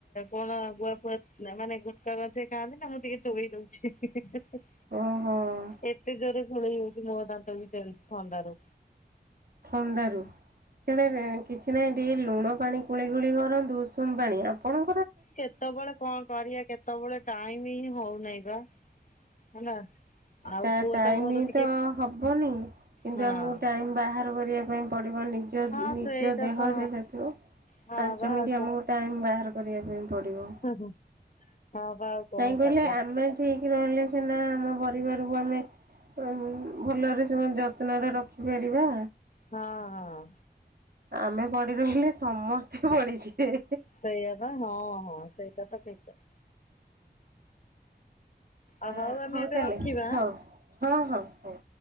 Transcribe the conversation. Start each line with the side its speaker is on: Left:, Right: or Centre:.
Left: କଣ ଗୁଆ ଫୁଆ ମାନେ ଗୁଟକା ତ ସିଏ ଖାଆନ୍ତିନି, ମୁଁ ଟିକେ ଚୋବେଇ <unintelligible>
Right: ଓହୋ।
Left: ଏତେ ଜୋରେ ଶୁଳେଇ ହଉଛି ମୋ ଦାନ୍ତ ବି ସେମିତି ଥଣ୍ଡାରୁ।
Right: ଥଣ୍ଡାରୁ। ସେଟା କିଛି ନାହିଁ ଟିକେ ଲୁଣ ପାଣି କୁଳି କୁଳି କରନ୍ତୁ ଉଷୁମ ପାଣି। ଆପଣ
Left: କେତେବଳେ କଣ କରିଆ କେତେବଳେ ଟାଇମ ହିଁ ହଉନାହିଁ ବା। ହେଲା। ଆଉ
Right: ଟା
Left: ପୁଅ
Right: ଟାଇମ
Left: ମୋର ଟିକେ
Right: ତ ହବନି କିନ୍ତୁ
Left: ହଁ
Right: ଆମକୁ ଟାଇମ ବାହାର କରିବା ପାଇଁ ପ ପଡିବ ନିଜ
Left: ହଁ
Right: ନିଜ
Left: ସେଇଟା
Right: ଦେହ
Left: ତ
Right: ଯେହେତୁ
Left: ହଁ
Right: ପାଞ୍ଚ
Left: ବା
Right: ମିଣ୍ଟି
Left: ଆଉ
Right: ଆମକୁ ଟାଇମ ବାହାର କରିଆ ପାଇଁ ପଡିବ।
Left: କଣ ହଁ ବା ଆଉ କଣ
Right: କାହିଁକି କହିଲେ
Left: କରିବା
Right: ଆମେ ଠିକ ରହିଲେ ସିନା ଆମ ପରିବାରକୁ ଆମେ ଭଲରେ ସେ ମାନେ ଯତ୍ନରେ ରଖିପାରିବା।
Left: ହଁ ହଁ।
Right: ଆମେ ପଡିି ରହିଲେ ସମସ୍ତେ ପଡିିଯିବେ।
Left: ସେଇଆ ବା ହଁ ହଁ ସେଇଟା ତ ଠିକ କଥା।
Right: ଅ
Left: ଆଉ ଆମେ
Right: ହଉ
Left: ଏବେ
Right: ତାହଲେ
Left: ରଖିବା
Right: ହଉ ହଁ ହଁ ହଁ ହଉ।